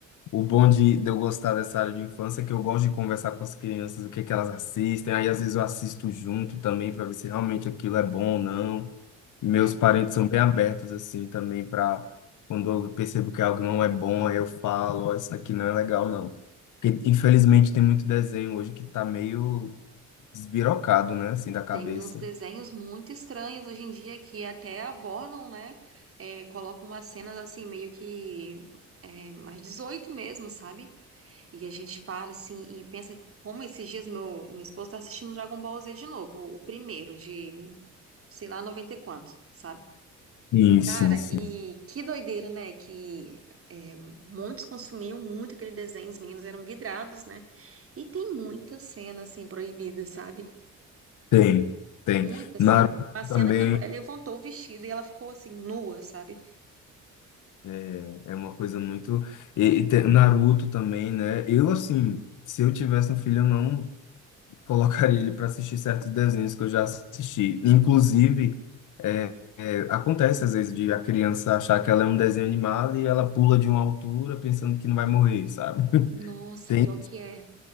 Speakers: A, on the left; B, on the right.
A: O bom de, de eu gostar dessa área de infância é que eu gosto de conversar com as crianças, o que é que elas assistem, aí às vezes eu assisto junto também para ver se realmente aquilo é bom ou não. Meus
B: É,
A: parentes são bem abertos, assim, também para quando eu percebo que algo não é bom, aí eu falo, ó, isso aqui não é legal, não. Porque, infelizmente, tem muito desenho hoje que tá meio desbirocado, né? Assim, da cabeça.
B: tem uns desenhos muito estranhos hoje em dia que até abordam, né? É, colocam umas cenas assim, meio que é, mais 18 mesmo, sabe? E a gente para assim e pensa como esses dias meu, meu esposo tá assistindo Dragon Ball Z de novo, o primeiro de, sei lá, 90 e quantos, sabe?
A: Sim,
B: Cara,
A: sim, sim.
B: e que doideira, né? Que é, muitos consumiam muito aquele desenho, os meninos eram vidrados, né? E tem muita cena, assim, proibida, sabe?
A: Tem, tem.
B: Muita cena.
A: Naruto
B: Tem Uma cena
A: também
B: que a mulher levantou o vestido e ela ficou, assim, nua, sabe?
A: é, é uma coisa muito. E, e tem- Naruto também, né? Eu, assim, se eu tivesse um filho, eu não <laughs> colocaria ele para assistir certos desenhos que eu já assisti. Inclusive, é, é, acontece às vezes de a criança achar que ela é um desenho animado e ela pula de uma altura pensando que não vai morrer, sabe? <laughs>
B: Nossa,
A: Tem.
B: pior que é.